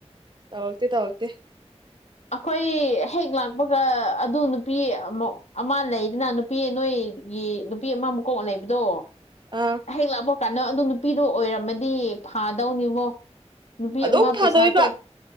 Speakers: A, on the right; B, on the left.
A: ꯇꯧꯋꯛꯇꯦ ꯇꯧꯋꯛꯇꯦ
B: ꯑꯩꯈꯣꯏ ꯍꯦꯛ ꯂꯥꯛꯄꯒ ꯑꯗꯨ ꯅꯨꯄꯤ ꯃꯧ ꯑꯃ ꯂꯩꯗꯅ ꯅꯨꯄꯤ ꯅꯣꯏꯒꯤ ꯅꯨꯄꯤ ꯑꯃ ꯃꯀꯣꯛ ꯂꯩꯕꯗꯣ
A: ꯑꯥ
B: ꯍꯦꯛ ꯂꯥꯛꯄ ꯀꯥꯟꯗ ꯑꯗꯨ ꯅꯨꯄꯤꯗꯣ ꯑꯣꯏꯔꯝꯃꯗꯤ ꯐꯥꯗꯧꯅꯤꯕꯣ ꯅꯨꯄꯤ
A: ꯑꯗꯨꯝ
B: ꯑꯃ
A: ꯐꯥꯗꯣꯏꯕ
B: ꯄꯩꯁꯥ ꯆꯣꯞ